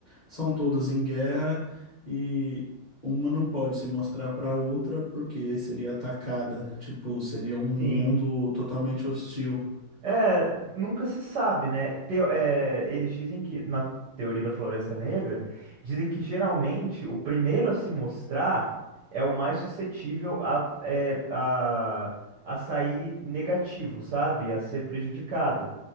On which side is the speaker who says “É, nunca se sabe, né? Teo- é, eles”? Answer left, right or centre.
Right